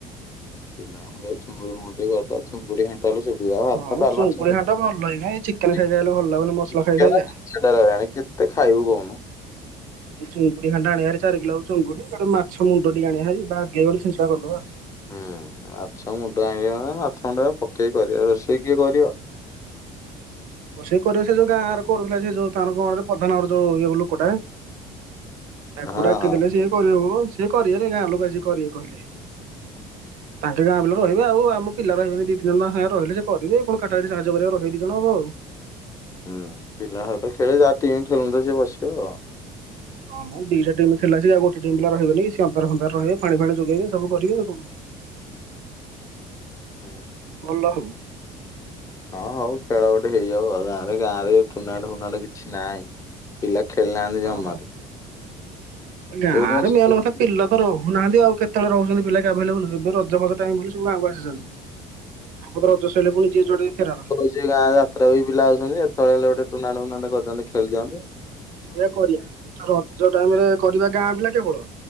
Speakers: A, on the left; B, on the right.
A: ପିଲାଙ୍କୁୁ ସେ ଚୁଙ୍ଗୁଡି ଫୁଙ୍ଗୁଡ଼ି ଟିକେ କରଦବା ଚୁଙ୍ଗୁଡି ଘାନ୍ ଟୋଟାଲି ସୁବିଧା ହବ
B: ହଁ
A: ଭାତ ଡ଼ାଲମା
B: ଚୁଙ୍ଗୁଡି
A: ଚିଙ୍ଗୁଡ଼ି
B: ଘାଣ୍ଟ ଭଲ ଏଇନା ଏଇ ଚିକେନ ଖାଇ ଖାଇଲେ ଭଲ ଲାଗୁନି ମସଲା
A: <unintelligible>
B: ଖାଇ ଖାଇକା।
A: ସେଟା ରହିଁଲାଣି କେତେ ଖାଇବୁ କହୁନୁ।
B: ଏ ଚଙ୍ଗୁଡି ଘାଣ୍ଟ ଆଣିବା ଭାରି ଚାରି କିଲୋ ଚିଙ୍ଗୁଡ଼ି ଗୋଟେ ମାଛ ମୁଣ୍ଡ ଟିକେ ଆଣିବା ହେରି ବାଗେଇକି ଗୋଟେ ଛିଞ୍ଚଡା କରିଦବା ଆଉ।
A: ହୁଁ, ମାଛ ମୁଣ୍ଡ ଆଣିଲେ ହେଇଥାନ୍ତା ମାଛ ମୁଣ୍ଡ ପକେଇକ କରିବ ରୋଷେଇ କିଏ କରିବ?
B: ସେଇ କରେ ସେ ଯୋଉ ଗାଁର କରୁଥିଲା ସେ ଯୋଉ ତାର କଣ ବେ ପଧାନର ଯୋଉ ଇଏ ଲୋକଟା ତାକୁ
A: ହଁ
B: ଡାକିଦେଲେ
A: ହଁ
B: ସିଏ କରିଦବ ସିଏ କରିବେରେ ଗାଁ ଲୋକ ଆସି କରିବେ କହିଲେ। ତାଙ୍କେ ଗାଁର୍ ଲୋକ <unintelligible> ଆମ ପିଲା ରହିବି ଦି ତିନିଜଣ ରହିଲେ ସେ କରିବେ କଣ କଟାକଟି ସାହାଯ୍ୟ କରିବା ରହିବେ ଦି ଜଣ ଆଉ।
A: ହୁଁ ପିଲା ସହିତ ଖେଳିକି, ଯାହା ଟିମ୍ <unintelligible>
B: ହଁ ଦିଟା ଟିମ୍ ଖେଳା ଆଉ ଗୋଟ ଟିମ୍ ରହିବେନି <unintelligible> ରହେ ପାଣି ଫାଣି ଯୋଗେଇବେ ସବୁ କରିବେ ଆଉ।
A: ଆଉ।
B: <unintelligible>
A: ହଁ ହଉ ଖେଳ ଗୋଟେ ହେଇଯାଉ ଆଉ ଗାଁରେ ଗାଁରେ ଟୁର୍ଣାମେଣ୍ଟ ଫୁଣ୍ଟ କିଛି ନାହିଁ। ପିଲା ଖେଳିନାହାନ୍ତି ଜମାରୁ,
B: ହଁ ବା। ଗାଁରେ
A: କୋଉଠି <unintelligible>
B: ମେନ୍ କଥା ପିଲା ରହୁନାହାନ୍ତି ଆଉ କେତେବେଳେ ରହୁଚନ୍ତି ପିଲା କି ଆଭେଲେବୁଲ ଏବେ ରଜ ଫଜ ଟାଇମ ରେ ସବୁ ଗାଁକୁ ଆସିଚନ୍ତି। ଆମ ତ ରଜ ସରିଲେ ପୁଣି ଯିଏ ଯୁଆଡେ ଫେରାର।
A: ସେ ଗାଁ ଯାତ୍ରା ବି ପିଲା ଆଉଚନ୍ତି ଯେତେବେଳେ ଗୋଟେ ଟୁର୍ଣ୍ଣାମେଣ୍ଟ ଫୁର୍ଣ୍ଣାମେଣ୍ଟ କରି ଦିଅନ୍ତେ ଖେଳଦିଅନ୍ତେ।
B: ସେଇଆ କରିବା, ଆ ରଜ ଟାଇମ ରେ କରିବା ଗାଁ ପିଲା କେବଳ।